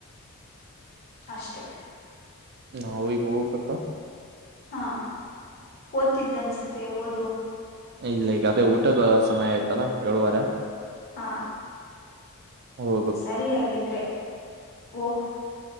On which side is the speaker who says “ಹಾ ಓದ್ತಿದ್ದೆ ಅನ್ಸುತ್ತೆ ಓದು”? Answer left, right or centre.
Left